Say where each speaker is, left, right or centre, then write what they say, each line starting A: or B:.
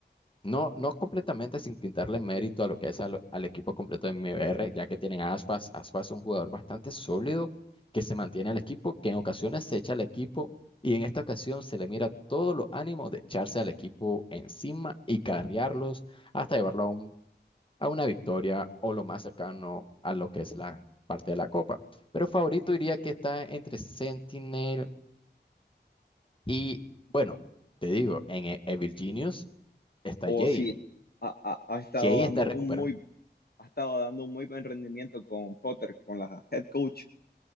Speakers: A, on the left; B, on the left.
A: No, no completamente sin quitarle mérito a lo que es al, al equipo completo de MBR, ya que tienen a Aspas. Aspas es un jugador bastante sólido que se mantiene al equipo, que en ocasiones se echa al equipo y en esta ocasión se le mira todos los ánimos de echarse al equipo encima y carrearlos hasta llevarlo a, un- a una victoria o lo más cercano a lo que es la parte de la copa. Pero favorito diría que está entre Sentinel y, bueno, te digo, en, eh, en Virginius está
B: O
A: Jay.
B: si ha, ha ha estado
A: Jay está
B: dando
A: recuperando.
B: un muy ha estado dando un muy buen rendimiento con Potter, con la head coach,